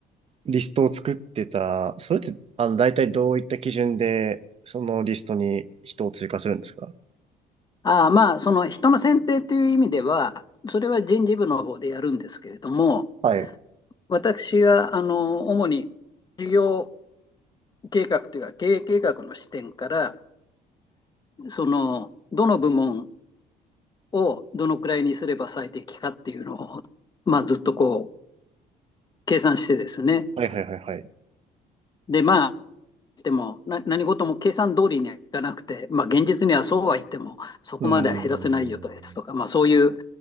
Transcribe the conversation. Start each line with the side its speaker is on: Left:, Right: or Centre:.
Right: リストを作ってた、それって、あの、大体どういった基準で、そのリストに人を追加するんですか
Left: ああ、まあ、その人の選定という意味では、それは人事部の方でやるんですけれども、
Right: はい。
Left: 私は、あの、主に事業計画というか、経営計画の視点から、その、どの部門をどのくらいにすれば最適かっていうのを、まあ、ずっとこう、計算してですね、
Right: はいはいはいはい。
Left: で、まても、な何事も計算通りにはいかなくて、まあ、現実にはそうは言っても、そこまでは減らせないよとですとか、
Right: うーん。
Left: まあ、そういう